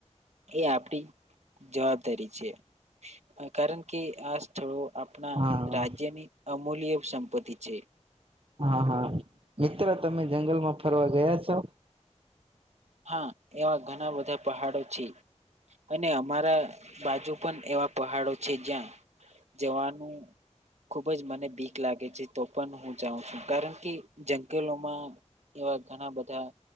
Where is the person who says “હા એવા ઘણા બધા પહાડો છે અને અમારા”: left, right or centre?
Right